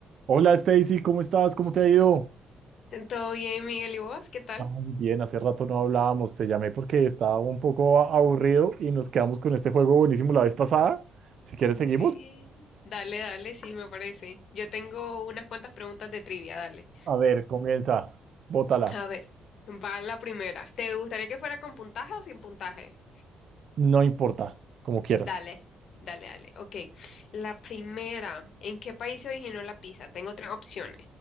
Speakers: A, on the right (about 60°); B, on the left (about 65°).
A: Hola Stacy, ¿cómo estás? ¿Cómo te ha ido?
B: ¿Todo bien, Miguel? ¿Y vos? ¿Qué tal?
A: Ay, bien, hace rato no hablábamos, te llamé porque estaba un poco a- aburrido y nos quedamos con este juego buenísimo la vez pasada. Si quieres, seguimos.
B: Sí, dale, dale, sí, me parece. Yo tengo unas cuantas preguntas de trivia, dale.
A: A ver, comienza, bótala,
B: A ver, va la primera. ¿Te gustaría que fuera con puntaje o sin puntaje?
A: no importa, como quieras.
B: Dale, dale, dale. Ok, la primera. ¿En qué país se originó la pizza? Tengo tres opciones.